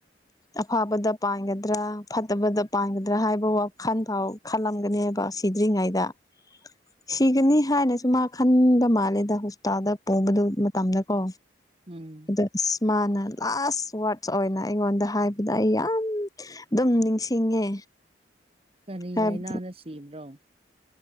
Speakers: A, on the left; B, on the right.
A: ꯑꯐꯥꯕꯗ ꯄꯥꯟꯒꯗ꯭ꯔꯥ ꯐꯠꯇꯕꯗ ꯄꯥꯟꯒꯗ꯭ꯔꯥ ꯍꯥꯏꯕ ꯋꯥꯈꯜ ꯐꯥꯎ ꯈꯜꯂꯝꯒꯅꯦꯕ ꯁꯤꯗ꯭ꯔꯤꯉꯩꯗ ꯁꯤꯒꯥꯅꯤ ꯍꯥꯏꯅꯁꯨ ꯃꯥ ꯈꯟꯕ ꯃꯥꯜꯂꯦꯗ ꯍꯣꯁꯄꯤꯇꯥꯜꯗ ꯄꯨꯕꯥꯗꯨ ꯃꯇꯝꯗ ꯀꯣ
B: ꯎꯝ
A: ꯑꯗ ꯑꯁ ꯃꯥꯅ ꯂꯥꯁ ꯋꯥꯔꯗꯁ ꯑꯣꯏꯅ ꯑꯩꯉꯣꯟꯗ ꯍꯥꯏꯕꯗ ꯑꯩ ꯌꯥꯝ ꯑꯗꯨꯝ ꯅꯤꯡꯁꯤꯡꯉꯦ
B: ꯀꯥꯔꯤ
A: ꯍꯥꯏꯕꯗꯤ
B: ꯂꯩꯅꯥꯅ ꯁꯤꯕ꯭ꯔꯣ